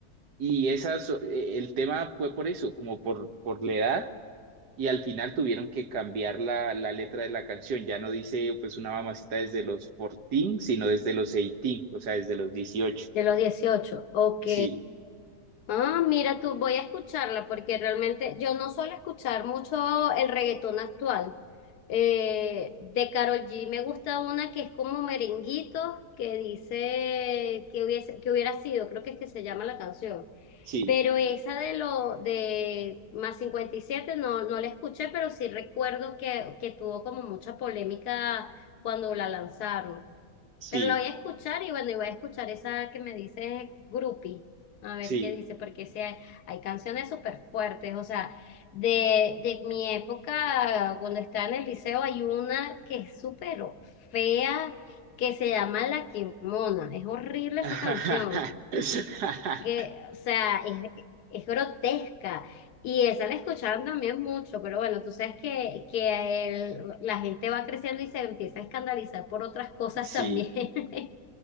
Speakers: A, on the right; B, on the left.
A: Y esas, eh, el tema fue por eso, como por, por la edad y al final tuvieron que cambiar la, la letra de la canción. Ya no dice pues una mamacita desde los 14, sino desde los 18, o sea, desde los dieciocho
B: de los dieciocho ok.
A: Sí,
B: Ah, mira tú, voy a escucharla porque realmente yo no suelo escuchar mucho el reggaetón actual. Eh, de Karol G me gusta una que es como merenguito, que dice que hubiese, que hubiera sido, creo que es que se llama la canción.
A: sí,
B: Pero esa de lo de más 57 no, no la escuché, pero sí recuerdo que, que tuvo como mucha polémica cuando la lanzaron.
A: sí,
B: Pero la voy a escuchar y bueno, y voy a escuchar esa que me dice Grupi, a ver
A: sí.
B: qué dice, porque sí hay, hay canciones súper fuertes, o sea, de, de mi época, cuando estaba en el liceo, hay una que es súper fea, que se llama La Quemona, es horrible
A: <laughs>
B: esa canción, que, o sea, es, es grotesca, y esa la escuchaban también mucho, pero bueno, tú sabes que, que el- la gente va creciendo y se empieza a escandalizar por otras cosas
A: Sí.
B: también. <laughs>